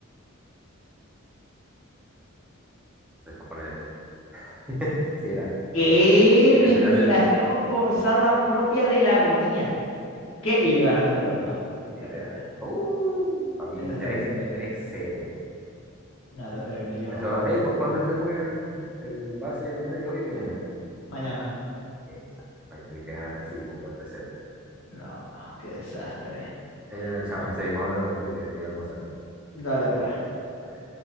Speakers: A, in the centre; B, on the left.
A: no sé japonés esto. <laughs> Si era.
B: ¿Qué
A: Respiración.
B: respiración forzada propia de la agonía? ¿Qué? Y ganaste otra vez. No, esto es
A: Ni
B: terrible.
A: idea. Uy, papi,
B: Esto es
A: tres
B: terrible.
A: tres cero.
B: No, esto es terrible. Yo
A: Eso,
B: no juego más.
A: ey, ¿cu- ¿cuándo es que juega el, el Barça y el Madrid? Hoy o mañana.
B: Mañana.
A: Eh, esa- ahí tiene que ganar así, como 4
B: No, no, qué desastre.
A: Ahí donde echamos.
B: Bueno,
A: Seguimos hablando después que voy a almorzar.
B: dale pues.
A: Dale.